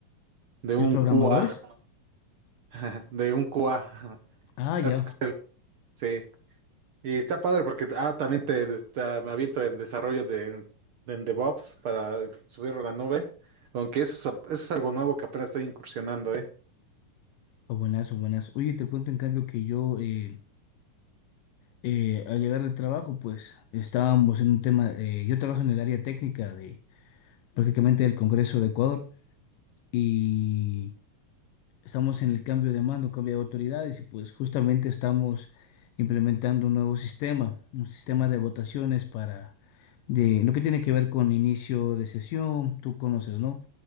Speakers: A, on the right (about 70°); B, on the left (about 85°).
A: de un
B: ¿Los programadores?
A: QA, <laughs> de un QA.
B: Ah, ya.
A: Es <laughs> que- Sí. Y está padre porque, ah, también te, está- me aviento en desarrollo de, de en DevOps para subirlo a la nube. Aunque eso es, eso es algo nuevo que apenas estoy incursionando, ¿eh?
B: O buenas, o buenas. Oye, te cuento en cambio que yo, eh, eh, al llegar del trabajo, pues estábamos en un tema. eh, yo trabajo en el área técnica de prácticamente del Congreso de Ecuador y estamos en el cambio de mando, cambio de autoridades y pues justamente estamos implementando un nuevo sistema, un sistema de votaciones para de lo que tiene que ver con inicio de sesión, tú conoces, ¿no?